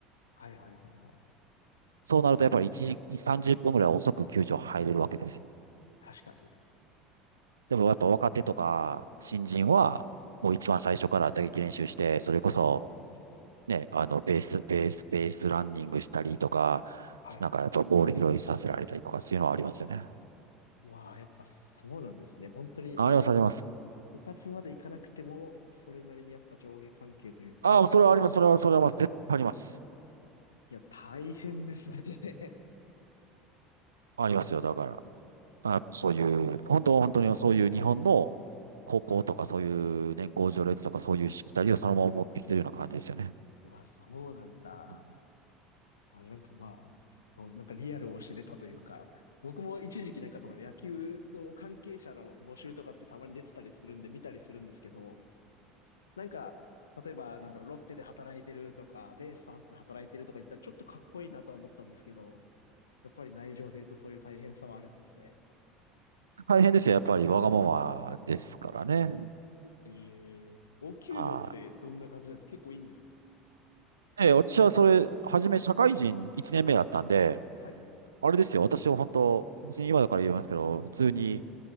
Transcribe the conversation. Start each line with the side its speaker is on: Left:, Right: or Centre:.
Left: はいはいはいはい。
Right: そうなるとやっぱり1時、30分ぐらい遅く球場入れるわけですよ。
Left: 確かに。
Right: でもやっぱ若手とか新人は、もう一番最初から打撃練習して、それこそ、ね、あの、ベース、ベース、ベースランニングしたりとか、
Left: はい。
Right: なんかやっぱボール拾いさせられたりとか、そういうのはありますよね。
Left: まあ、やっぱそうなんですね。本当に、
Right: あります、
Left: まあなんか
Right: あります。
Left: 部活まで行かなくても、それなりにやっぱ上下関係というか、
Right: ああ、それはあります、それは、それはあります。絶対あります。
Left: いや、大変ですね。
Right: ありますよ、だから。あ、そういう、本当、本当にそういう日本の高校とかそういう年功序列とかそういうしきたりをそのまま持ってきてるような感じですよね。
Left: <laughs> はい。うわ、そうなんだ。
Right: うん
Left: あ、なんかまあ、そう、なんかリアルを知れたというか、僕も一時期なんかその野球の関係者の募集とかってたまに出てたりするんで見たりするんですけど、なんか、例えばなんだろう、ロッテで働いてるとか、ベイスターズで働いてるとか言ったらちょっとかっこいいなとは思ったんですけど、やっぱり内情で言うとそういう大変さはあるんですね。
Right: 大変ですよ。やっぱりわがままですからね。
Left: えー、お給料ってどんな感じなんですか結構いいんですか
Right: はい。え、私はそれ、初め社会人1年目だったんで、
Left: はい。
Right: あれですよ。私は本当、別に今だから言いますけど、普通に、